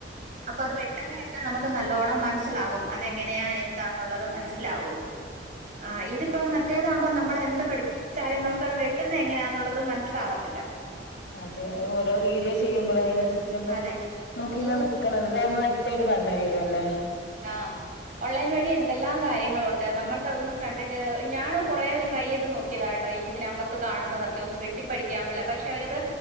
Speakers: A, on the right; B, on the left.
A: അപ്പൊ അത് വെട്ടുന്നൊങ്ങക്കെ നമുക്ക് നല്ലോണ്ണം മനസ്സിലാകും അതെങ്ങനെയാ എന്താന്നുള്ളത് മനസ്സിലാവും ആ ഇതിപ്പം മറ്റേതാമ്പോ നമ്മൾ എന്ത് പഠിച്ചാലും നമുക്കത് വെട്ടുന്ന എങ്ങനാന്നുള്ളത് മനസ് സിലാവത്തില്ല
B: അതെ ഓരോ വീഡിയോ ചെയ്യുമ്പള് അയിനനുസരിച്ച് നമ്മള്
A: അതെ
B: നോക്കി
A: ഈ
B: ഇങ്ങനെ നിക്കണംല്ലോ ഇതാവുമ്പോ വെ ക്തായിട്ട് പറഞ്ഞരിക്ക അല്ലേ
A: ആഹ് ഓൺലൈൻ വഴി എന്തെല്ലാം കാര്യങ്ങളുണ്ട് നമ്മൾക്കതൊന്നും കണ്ടിട്ട് ഞാനത് കുറേ ട്രൈ ചെയ്ത് നോക്കിയതാട്ടോ അ ഇതിനകത്ത് കാണുന്നതൊക്കെ ഒന്നു വെട്ടിപ്പഠിക്കാവന്നുള്ളേ പക്ഷെ അവരത്